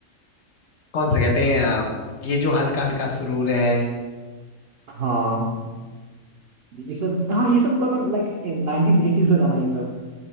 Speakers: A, on the left; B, on the right.
A: कौन सा कहते हैं आ, ये जो हल्का हल्का सुरूर है
B: हाँ ये सब हाँ ये सब गाना लाइक नाइनटीज एटीज का गाना है ये सब